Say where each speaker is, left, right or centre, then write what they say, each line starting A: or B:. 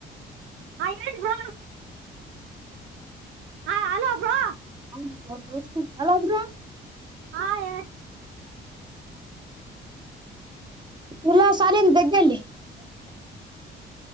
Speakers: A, on the right; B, on the right.
A: ಆಯ್ತಾ ಬ್ರೋ.
B: <inaudible>
A: ಹಾ ಹಲೋ ಬ್ರೋ
B: <inaudible> ಹಲೋ ಬ್ರೋ.
A: ಹ್ಹಾ ಹೇಳ್.
B: ಎಲ್ಲ ಸಲಿಂಡ್ ಗದ್ದಿಲ್ಲಿ.